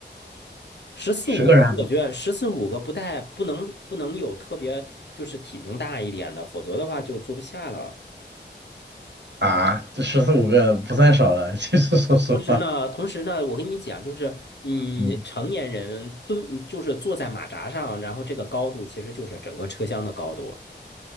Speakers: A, on the left (about 70°); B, on the right (about 70°).
A: 十四五个，
B: 十个人还不
A: 我觉得十四五个不带不能不能有特别就是体型大一点的，否则的话就坐不下了。
B: 啊，这十四五个不算少了。其实说实话，
A: 同时呢，同时呢，我跟你讲，就是嗯，
B: 嗯，
A: 成年人蹲就是坐在马扎上，然后这个高度其实就是整个车厢的高度，